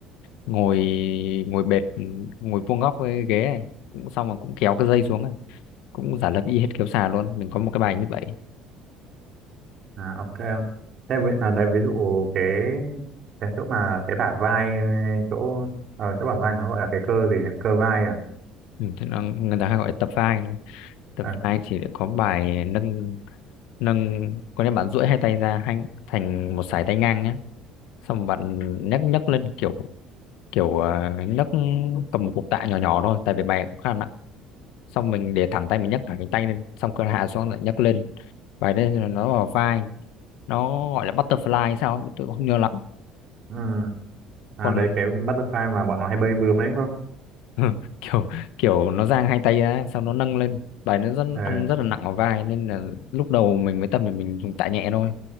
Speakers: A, on the left (about 70°); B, on the right (about 35°).
A: ngồi ngồi bệt ngồi vuông góc với ghế này cũng xong rồi cũng kéo cái dây xuống này cũng giả lập y hệt kéo xà luôn mình có một cái bài như vậy
B: à ok thế ví- à, đấy ví dụ cái cái chỗ mà cái bả vai chỗ ờ, chỗ bả vai nó gọi là cái cơ gì ấy? cơ vai à,
A: ừ, thế là người ta hay gọi là tập vai đúng không? tập
B: à
A: vai thì lại có bài nâng nâng có nghĩa bạn duỗi hai tay ra hai, thành một sải tay ngang nhé xong bạn nhấc nhấc lên kiểu kiểu ờ, nhấc cầm một cục tạ nhỏ nhỏ thôi tại vì bài cũng khá nặng xong mình để thẳng tay mình nhấc cả cánh tay lên xong cơ hạ xuống lại nhấc lên bài đấy là nó vào vai nó gọi là butterfly hay sao ấy, tôi cũng không nhớ lắm
B: ừ. à
A: còn
B: đấy cái butterfly mà bọn nó hay bơi bướm đấy đúng không
A: <laughs> kiểu kiểu nó dang hai tay ra xong nó nâng lên bài nó rất
B: Ờ,
A: ăn rất là nặng vào vai nên là lúc đầu mình mới tập thì mình dùng tạ nhẹ thôi